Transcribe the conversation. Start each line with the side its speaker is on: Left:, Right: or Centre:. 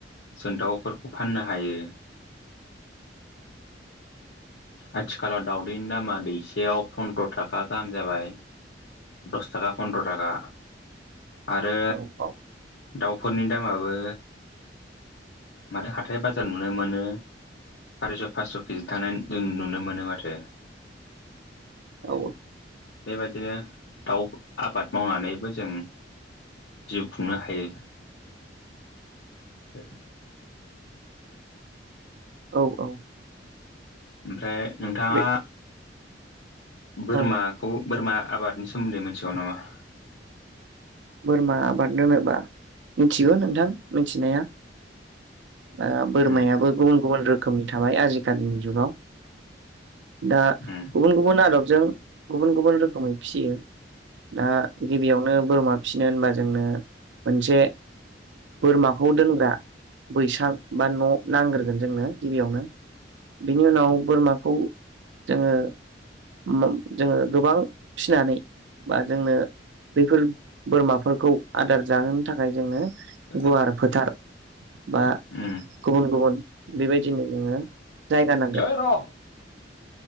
Left: जों दाउफोरखौ फाननो हायो आथिखालाव दावउदैनि दामा दैसेयाव फनद्र' थाखा गाहाम जाबाय। दस थाखा फन्द्र' थाखा। आरो
Right: औ औ
Left: दाउफोरनि दामाबो माथो हाथाय बाजार नुनो मोनो सारिस' फास' केजि थांनाय जों नुनो मोनो माथो
Right: औ
Left: ए बेबायदिनो दाउ आबाद मावनानैबो जों जिउ खुंनो हायो। ओ
Right: औ औ
Left: ओमफ्राय नोंथाङा
Right: बे
Left: बोरमाखौ
Right: औ
Left: बोरमा आबादनि सोमोन्दै मोनथिगौ नामा?
Right: बोरमा आबाद दोनोबा मिथिगौ नोंथां मिथिनाया ओ बोरमायाबो
Left: उम
Right: गुबुन गुबुन रोखोमनि थाबाय आजिखालिनि जुगाव दा
Left: उम
Right: गुबुन गुबुन आदबजों गुबुन गुबुन रोखोमै फिसियो दा गिबियावनो बोरमा फिसिनो होनबा जोंनो मोनसे बोरमाखौ दोनग्रा बैसां बा न' नांग्रोगोन जोंनो गिबियावनो बिनि उनाव बोरमाखौ जोङो मोम जोङो गोबां फिसिनानै बा जोंनो बेफोर बोरमाफोरखौ आदार जाहोनो थाखाय जोंनो
Left: ओ
Right: गुवार फोथार बा
Left: उम
Right: गुबुन गुबुन बेबायदिनो जोङो जायगा नांगोन।
Left: ओइ र' ओ